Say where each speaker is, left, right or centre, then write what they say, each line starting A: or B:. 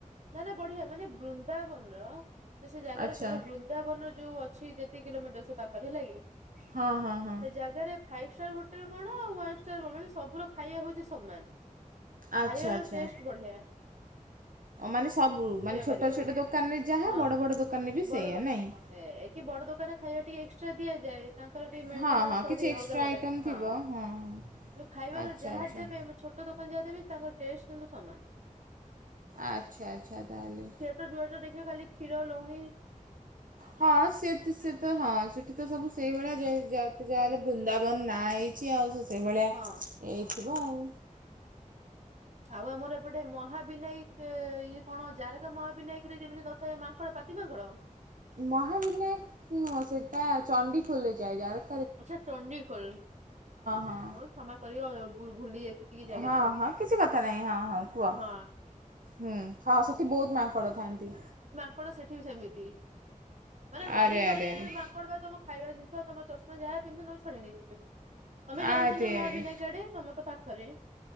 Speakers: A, on the right; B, on the right.
A: ନା ନା ବଢ଼ିଆ ମାନେ ବୃନ୍ଦାବନ ର ସେ ଜାଗାରେ
B: ଆଚ୍ଛା
A: କେବଳ ବୃନ୍ଦାବନ ଯୋଉ ଅଛି ଯେତିକି କିଲୋମିଟର ସେ ପାଖରେ ହେଲା କି
B: ହଁ ହଁ ହଁ
A: ସେ ଜାଗାରେ ଫାଇପି ଷ୍ଟାର୍ ହୋଟେଲ୍ କଣ ଆଉ ୱ। ନ୍ ଷ୍ଟାର କଣ ମାନେ ସବୁର ଖାଇବା ହଉଛି ସମାନ
B: ଆଚ୍ଛା
A: ଖାଇବାର
B: ଆଚ୍ଛା
A: ଟେଷ୍ଟେ ବଢ଼ିଆ
B: ମାନେ ସବୁ ମାନେ ଛୋଟ
A: ପାରିବନି
B: ଛୋଟ ଦୋକାନରେ ଯାହା
A: ହଁ
B: ବଡ଼ ବଡ଼ ଦୋକାନରେ ବି
A: ବଡ
B: ସେଇଆ
A: ଦୋକାନ
B: ନାହିଁ
A: ଏ କି ବଡ଼ ଦୋକାନ ଖାଇବା ଟିକେ ଏକ୍ସଟ୍ରା ଦିଆଯାଏ ତାଙ୍କର ଟିକେ ମେଣ୍ଟେନାନ୍ସ
B: ହଁ ହଁ କିଛି
A: ଅଧିକ
B: ଏକ୍ସଟ୍ରା
A: ଅଲଗା ପ୍ରକାର
B: ଆଇଟମ୍ ଥିବ
A: ହଁ
B: ହଁ
A: କିନ୍ତୁ ଖାଇବାର
B: ଆଚ୍ଛା
A: ଯାହା
B: ଆଚ୍ଛା
A: ଦେବେ ଆମେ ଛୋ ଟ ଦୋକାନ ଯା ଦେବେ ତାଙ୍କ ଟେଷ୍ଟ କିନ୍ତୁ ସମାନେ
B: ଆଚ୍ଛା ଆଚ୍ଛା ତାହେଲେ
A: ଜୁଆଡେ ଯାଆ ଦେଖିବ ଖାଲି କ୍ଷୀର ଲୌହୁଣି
B: ହଁ ସେ ସେ ସେ ତ ହଁ ସେଠି ତ ସବୁ ସେଇଭଳିଆ ଯେ ଯା ଯା ଯାହା ହେଲେ ବୃନ୍ଦାବନ ନାହିଁ ଛି ଆଉ ସେ ସେଇଭଳିଆ
A: ହଁ
B: ହେଇଥିବ ଆଉ
A: ଆଉ ଆମର ଏପଟେ ମହାବିନାୟକ ସେ ଇଏ କଣ ଜାରକା ମହାବିନାୟକରେ ଯେମିତି ନଥାଏ ମାଙ୍କଡ଼ ପାତି ମାଙ୍କଡ଼
B: ମହାବିନାୟକ ନୁହ ସେଟା ଚଣ୍ଡିଖୋଲରେ ଯାଏ ଜାରକା
A: ଆଚ୍ଛା ଚଣ୍ଡିଖୋଲ୍
B: ହଁ
A: ହଉ କ୍ଷମା କରିବ ଭୁଲି ଯାଇଛି ଟିକେ ଜାଗା
B: ହଁ
A: ଟା ଆଉ
B: ହଁ କିଛି କଥା ନାହିଁ ହଁ କୁହ
A: ହଁ
B: ହୁଁ ହଁ ସେଠି ବହୁତ ମାଙ୍କଡ଼ ଥାନ୍ତି
A: ମାଙ୍କଡ଼ ସେଠି ବି ସେମିତି ମାନେ ଗଳି
B: ଆରେ
A: ଗ
B: ଆରେ ଆରେ
A: ମାଙ୍କଡ଼ ତମ ଖାଇବା ଜିନିଷ ତମ ତ ଯାହା ପିନ୍ଧୁ ନ ଛଡେଇ ନେଇଯିବେ ତମେ ଯାଇଛ
B: ଆରେ
A: ନା ମହାବିନାୟକ
B: ଆରେ
A: ଆଡ଼େ ତମ ତ ପାଖରେ